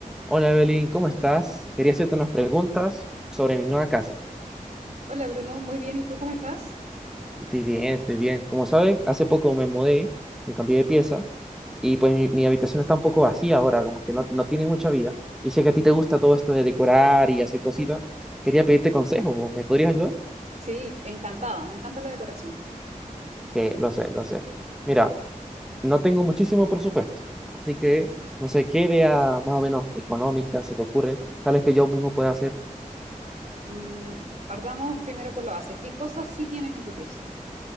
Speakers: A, in the centre; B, on the right (about 55°).
A: Hola Evelyn, ¿cómo estás? Quería hacerte unas preguntas sobre mi nueva casa.
B: Hola Bruno, muy bien. ¿Y tú cómo estás?
A: Estoy bien, estoy bien. Como saben, hace poco me mudé, me cambié de pieza y pues mi, mi habitación está un poco vacía ahora, como que no, no tiene mucha vida. Y sé que a ti te gusta todo esto de decorar y hacer cositas. Quería pedirte consejo, ¿me podrías ayudar?
B: Sí, encantada, me encanta la decoración.
A: Sí, lo sé, lo sé. Mira, no tengo muchísimo presupuesto, así que no sé qué idea más o menos económica se te ocurre, tal vez que yo mismo pueda hacer.
B: Mm, partamos primero por la base. ¿Qué cosas sí tienes en tu pieza?